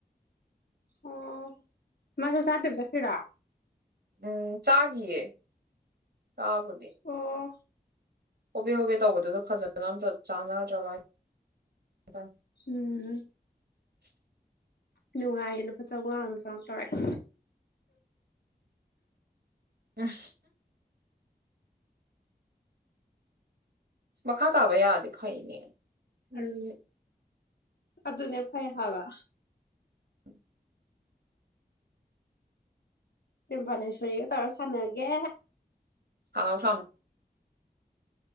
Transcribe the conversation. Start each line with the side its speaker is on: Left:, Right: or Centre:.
Left: ꯑꯣ ꯃꯥꯁꯥ ꯁꯥꯕꯗ ꯈꯤꯔ
Right: ꯎꯝ ꯆꯥꯒꯦ ꯇꯕꯗꯦ
Left: ꯑꯣ
Right: ꯍꯣꯕꯦ ꯍꯣꯕꯦ ꯇꯧꯕꯗꯨꯗ ꯐꯖꯅ ꯑꯝꯇ ꯆꯥꯟꯅꯗ꯭ꯔꯕꯇ
Left: ꯎꯝ
Right: <unintelligible>
Left: ꯅꯨꯡꯉꯥꯏꯌꯦ ꯂꯨꯄꯥ ꯆꯥꯝꯃꯉꯥ ꯑꯃꯨ ꯆꯥꯝꯃꯉꯥ ꯇꯧꯔꯑꯦ
Right: ꯎꯝ ꯃꯈꯥ ꯇꯥꯕ ꯌꯥꯗꯦ ꯐꯩꯅꯦ ꯎꯝ
Left: ꯑ ꯑꯗꯨꯅꯦ ꯐꯩ ꯍꯥꯏꯕ
Right: ꯎꯝ
Left: ꯁꯤꯔꯤꯝꯚꯅꯦꯦꯁꯔꯤꯒ ꯇꯥꯔꯣ ꯁꯥꯟꯅꯒꯦ
Right: ꯍꯂꯥꯎ ꯐꯅ